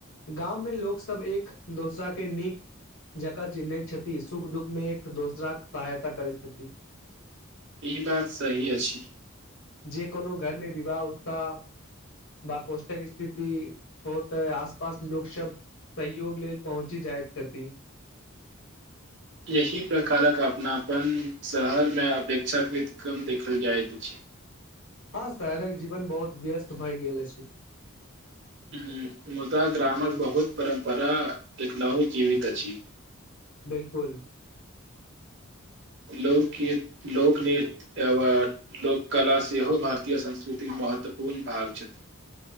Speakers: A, on the left (about 75°); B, on the right (about 60°).
A: गाममे लोक सब एक दोसरा के नीक जकाँ चिन्हैत छथि सुख दुःखमे एक दोसरााके सहायता करैत छथिन
B: ई बात सही अछि
A: जे कोनो घरमे विवाह उत्साह वा कौष्टक स्थिति हो तऽ आस पास लोक सब सहयोग लेल पहुँची जाइत छथि
B: एहि प्रकारक अपनापन शहरमे अपेक्षाकृत क्रम देखल जाइत अछि
A: हँ शहरक जीवन बहुत व्यस्त भए गेल अछि।
B: ह्म मुदा ग्रामक बहुत परम्परा एकनहु जीवित अछि।
A: बिलकुल
B: लोकगीत लोकनृत्य एवार्ड लोककला सेहो भारतीय संस्कृतिक महत्वपूर्ण भाग छथि।